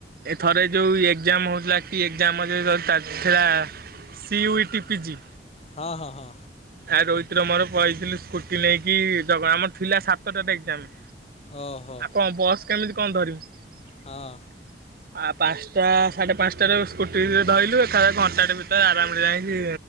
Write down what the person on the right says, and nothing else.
ଏ ଥରେ ଯୋଉ ଏକ୍ଜାମ ହଉଥିଲା କି ଏକ୍ଜାମ ଯୁ ଚାଲିଥିଲା C U T P G
ଆ ରୋହିତ ର ମୋର ପଳେଥିଲୁ ସ୍କୁଟି ନେଇକି ଜଗ ଆମର ଥିଲା ସାତଟା ରେ ଏକ୍ଜାମ୍
ଆଉ କଁ ବସ୍ କେମିତି କଁ ଧରିବି?
<unintelligible> ଆ ପାଞ୍ଚଟା ସାଢ଼େ ପାଞ୍ଚଟାରୁ ସ୍କୁଟି ଧଇଲୁ ଏକା ଘଣ୍ଟାଟେ ଭିତରେ ଆରାମରେ ଯାଇକି